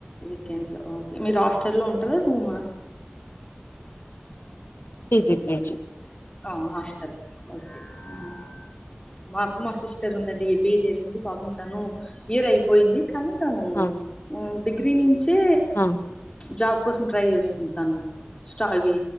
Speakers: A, on the left; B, on the left.
A: వీకెండ్స్ లో ఓకే మీరు హాస్టల్ లో ఉంటారా రూమా
B: పీజీ పీజీ
A: ఆ హాస్టల్ ఓకే ఉమ్ మాకు మా సిస్టర్ ఉందండి ఎంబిఏ జేసింది పాపం తను ఇయర్ అయిపోయింది కానీ తను
B: ఆ
A: డిగ్రీ నుంచే
B: ఆ
A: జాబ్ కోసం ట్రై చేస్తుంది తను అవి